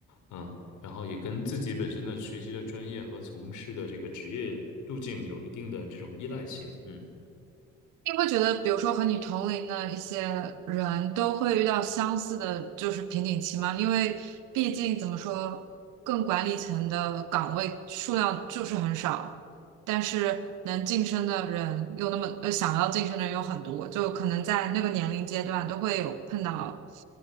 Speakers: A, on the left (about 75°); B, on the right (about 90°).
A: 嗯，然后也跟自己本身的学习的专业和从事的这个职业路径有一定的这种依赖性，嗯
B: 你会觉得，比如说和你同龄的一些人都会遇到相似的，就是瓶颈期吗？因为毕竟怎么说，更管理层的岗位数量就是很少，但是能晋升的人又那么，呃，想要晋升的人有很多，就可能在那个年龄阶段都会有碰到